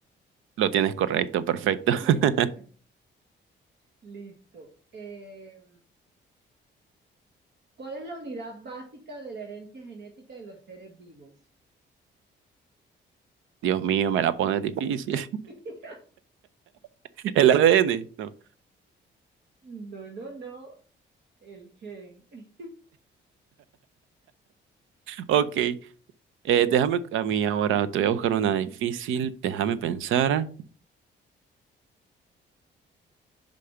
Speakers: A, on the right; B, on the right.
A: Lo tienes correcto, perfecto. <laughs>
B: <laughs> Listo. Eh, ¿cuál es la unidad básica de la herencia genética de los seres vivos?
A: Dios mío, me la pones difícil.
B: <laughs>
A: <laughs> El ADN, no.
B: No, no, no. El gen. <laughs>
A: Ok, eh, déjame a mí ahora, te voy a buscar una difícil. Déjame pensar.